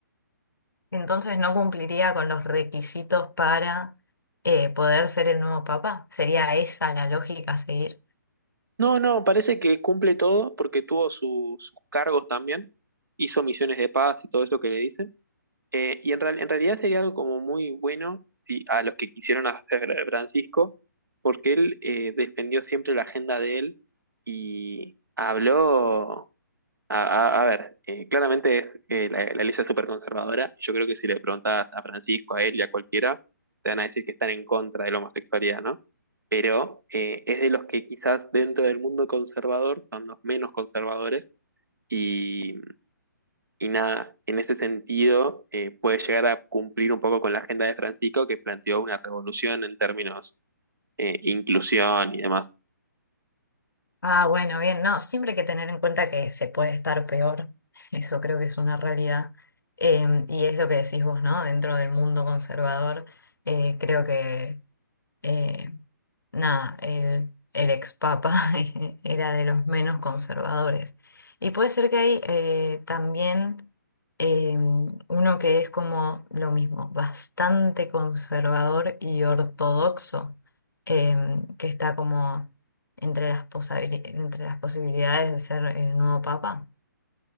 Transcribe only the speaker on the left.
Entonces no cumpliría con los requisitos para eh, poder ser el nuevo Papa. ¿Sería esa la lógica a seguir?
Ah, bueno, bien, no, siempre hay que tener en cuenta que se puede estar peor. <laughs> Eso creo que es una realidad. Em, y es lo que decís vos, ¿no? Dentro del mundo conservador, eh, creo que eh, nada, el, el ex papa <laughs> era de los menos conservadores. Y puede ser que hay eh, también eh, uno que es como lo mismo, bastante conservador y ortodoxo, eh, que está como entre las, posabili- entre las posibilidades de ser el nuevo papa.